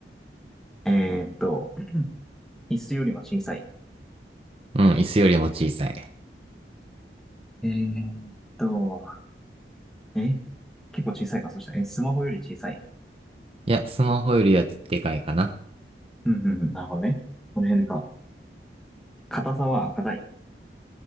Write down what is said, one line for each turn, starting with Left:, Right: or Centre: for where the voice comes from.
Centre: えっと、椅子よりも小さい。
Right: うん、椅子よりも小さい。
Centre: えっと、え結構小さいか。そしたら、え、スマホより小さい。
Right: いや、スマホよりはでかいかな。
Centre: うんうんうん、なるほどね。この辺か。硬さは硬い。